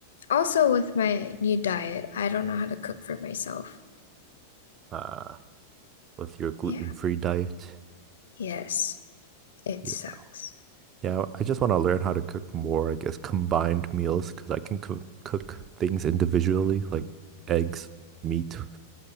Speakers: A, on the left; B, on the right.
A: Also with my new diet, I don't know how to cook for myself.
B: Uh, with your gluten-free
A: Yeah.
B: diet.
A: Yes, it
B: Yeah,
A: sucks.
B: yeah, I just want to learn how to cook more, I guess, combined meals because I can cook cook things individually like eggs, meat,